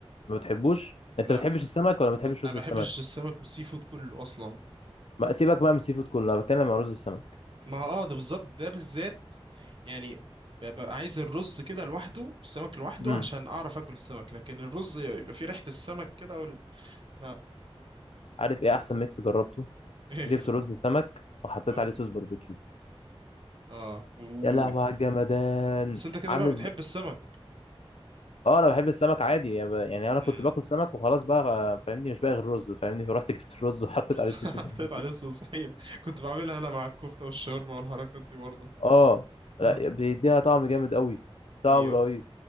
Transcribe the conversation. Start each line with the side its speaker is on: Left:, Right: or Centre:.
Left: ما بتحبوش انت
Right: لا
Left: ما بتحبش السمك ولا ما بتحبش
Right: ما
Left: رز
Right: بحبش
Left: السمك
Right: السمك والسي فود كله اصلا
Left: ما سيبك بقى من السي فود كله انا بتكلم عن رز السمك
Right: ما اه ده بالظبط ده بالذات يعني ببقى عايز الرز كده لوحده والسمك لوحده
Left: امم
Right: عشان اعرف اكل السمك لكن الرز يبقى فيه ريحة السمك كده وال... لا
Left: عارف ايه احسن ميكس جربته
Right: <laughs> ايه
Left: جبت رز سمك وحطيت
Right: اه
Left: عليه صوص باربيكيو
Right: اه و...
Left: يا لهوي
Right: و-
Left: على الجمدان
Right: بس انت كده
Left: عامل
Right: بقى بتحب السمك
Left: اه انا بحب السمك عادي يعني ب- يعني انا
Right: امم
Left: كنت باكل سمك وخلاص بقى آه، فاهمني مش باقي غير رز فاهمني فرحت جبت الرز وحطيت
Right: رحت
Left: عليه
Right: <laughs>
Left: صوص البنجر.
Right: حطيت عليه الصوص ايوه كنت بعملها انا مع الكفتة والشاورما والحركات دي برضه
Left: اه
Right: <laughs>
Left: لا بيديها طعم جامد قوي طعم
Right: ايوه
Left: رهيب